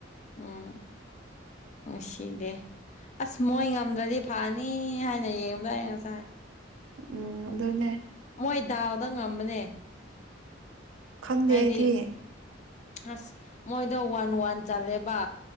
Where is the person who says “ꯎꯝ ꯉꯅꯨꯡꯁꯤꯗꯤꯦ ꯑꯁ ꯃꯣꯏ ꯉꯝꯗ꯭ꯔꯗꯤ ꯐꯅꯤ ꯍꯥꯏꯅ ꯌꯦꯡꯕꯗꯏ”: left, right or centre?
Left